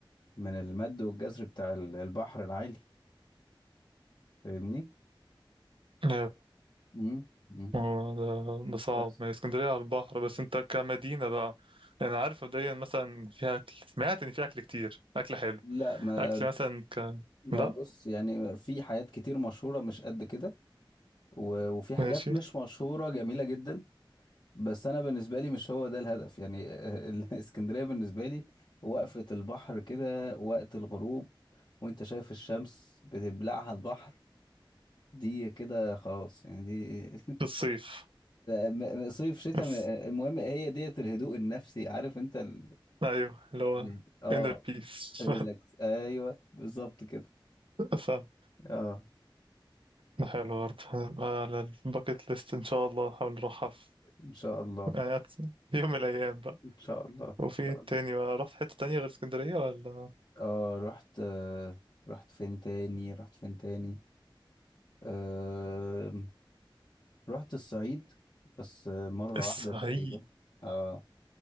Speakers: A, on the left; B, on the right.
A: من المد والجزر بتاع ال- البحر العالي فاهمني؟
B: دي
A: مم. مم.
B: ما هو ده, ده صعب
A: بس
B: ما هي اسكندرية على البحر بس انت كمدينة بقى يعني عارف مبدئيا مثلا إن فيها أكل سمعت إن فيها أكل كتير أكل حلو
A: لا ما
B: أكل مثلا ك
A: ما
B: لا
A: بص يعني في حاجات كتير مشهورة مش قد كده و- وفي حاجات
B: ماشي
A: مش مشهورة جميلة جدا بس أنا بالنسبة لي مش هو ده الهدف يعني <laughs> الإسكندرية بالنسبة لي وقفة البحر كده وقت الغروب وأنت شايف الشمس بتبلعها البحر دي كده خلاص يعني دي
B: في
A: <laughs>
B: الصيف
A: م- صيف شتاء
B: بس
A: م- المهم هي ديت الهدوء النفسي عارف أنت ال...
B: أيوه اللي هو
A: ال- اه
B: inner peace
A: ريلاكس أيوه بالظبط كده
B: <laughs> فاهم
A: اه
B: ده حلو برضه هنبقى على الباكت ليست إن شاء الله هحاول أروحها في
A: إن شاء الله
B: يعني أت- في يوم من الأيام بقى
A: ان شاء الله ان
B: وفي
A: شاء
B: إيه
A: الله
B: تاني بقى رحت حتة تانية غير اسكندرية ولا
A: اه رحت آه رحت فين تاني رحت فين تاني آه رحت الصعيد بس آه، مرة
B: الصعيد
A: واحدة تقريبا اه